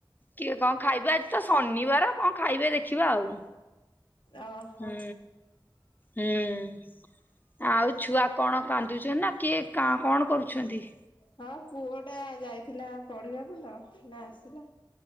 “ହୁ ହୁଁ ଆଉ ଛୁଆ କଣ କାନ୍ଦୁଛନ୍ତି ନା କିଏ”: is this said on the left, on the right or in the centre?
Left